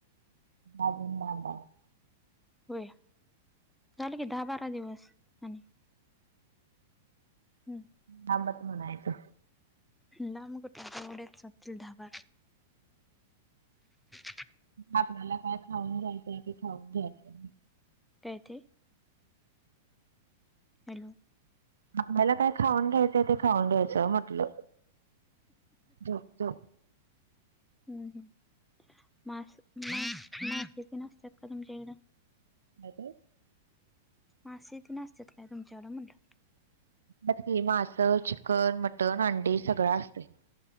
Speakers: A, on the right (about 85°); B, in the centre.
A: आ मा आबा <inaudible>
B: होय झालं की दहा बारा दिवस. आणि हम्म
A: थांबच म्हणायचं.
B: लाम गोठ गड्याातील ढाब <inaudible>
A: आपल्याला काय खाऊन घ्यायचंय ते खाऊन घ्यायचं
B: काय ते, हॅलो!
A: आपल्याला काय खाऊन घ्यायचंय ते खाऊन घ्यायचं म्हटलं. झोप झोप
B: हम्म मासिक नसतात का तुमच्या इथं?
A: काय ते.
B: मासीक नासत्यात का तुमच्याकडे म्हटलं.
A: असंतय कि मास, चिकन, मटण, अंडी सगळं असंतय